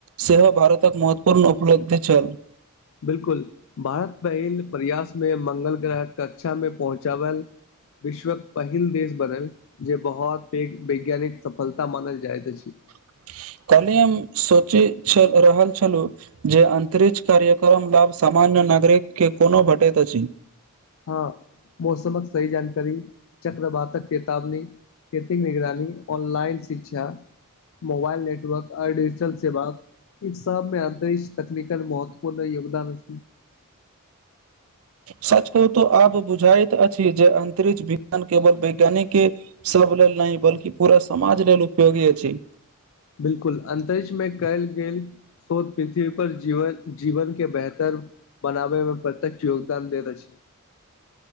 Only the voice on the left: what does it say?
'बिल्कुल' भारत पहिल प्रयासमे मंगल ग्रह कक्षामे पहुँचबल विश्वक पहिल देश बनल, जे बहोत पैघ वैज्ञानिक सफलता मानल जाइत अछि।
हँ मौसमक सही जानकारी चक्रवातक चेतावनी, खेती निगरानी, ऑनलाइन शिक्षा मोबाइल नेटवर्क, अ डिजिटल सेवा इ सबमे अंतरिक्ष तकनीकल, महत्वपूर्ण योगदान अछि।
बिल्कुल, अंतरिक्ष में कैल गेल शोध पृथ्वी पर जीवक, जीवन के बेहतर। बनाबै में प्रत्यक्ष योगदान देैत अछि।